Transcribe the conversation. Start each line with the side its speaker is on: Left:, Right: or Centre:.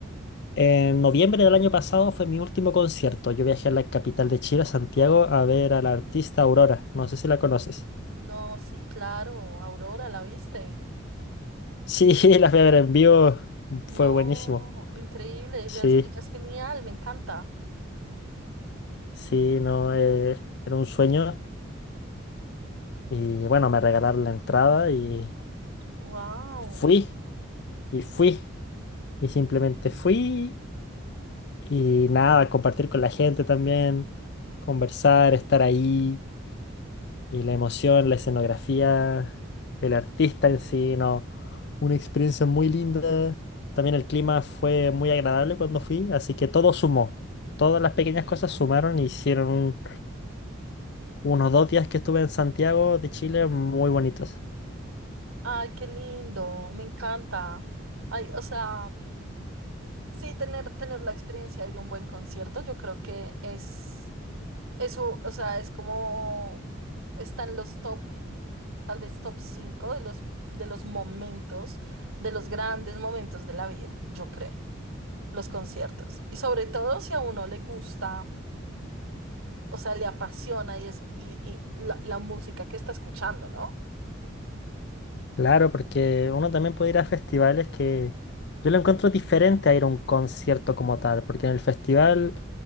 Left: en noviembre del año pasado fue mi último concierto. Yo viajé a la capital de Chile, a Santiago, a ver a la artista Aurora. No sé si la conoces.
Right: No, sí, claro, Aurora, ¿la viste?
Left: Sí, <laughs> la fui a ver en vivo,
Right: No,
Left: fue buenísimo.
Right: increíble, ella
Left: Sí,
Right: es, ella es genial, me encanta.
Left: sí, no, eh, era un sueño. Y bueno, me regalaron la entrada y
Right: Wow.
Left: y fui, y fui. Y simplemente fui y nada, compartir con la gente también, conversar, estar ahí. Y la emoción, la escenografía, el artista en sí, no, una experiencia muy linda. También el clima fue muy agradable cuando fui, así que todo sumó. Todas las pequeñas cosas sumaron y hicieron un- unos dos días que estuve en Santiago de Chile muy bonitos.
Right: Ay, qué lindo, me encanta. Ay, o sea, sí, tener, tener la experiencia de un buen concierto, yo creo que es eso, o sea, es como están los top. tal vez top 5 de los, de los momentos, de los grandes momentos de la vida, yo creo, los conciertos. Y sobre todo si a uno le gusta, o sea, le apasiona y, eso, y, y la, la música que está escuchando, ¿no?
Left: Claro, porque uno también puede ir a festivales que yo lo encuentro diferente a ir a un concierto como tal, porque en el festival